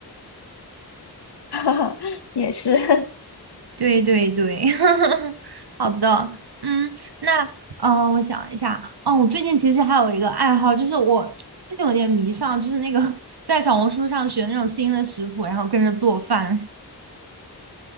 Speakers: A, on the left (about 80°); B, on the right (about 75°).
A: <laughs> 哈哈，也是。<laughs>
B: 对对对，<laughs> 好的，嗯，那呃，我想一下，哦，我最近其实还有一个爱好，就是我最近有点迷上，就是那个 <laughs> 在小红书上学那种新的食谱，然后跟着做饭。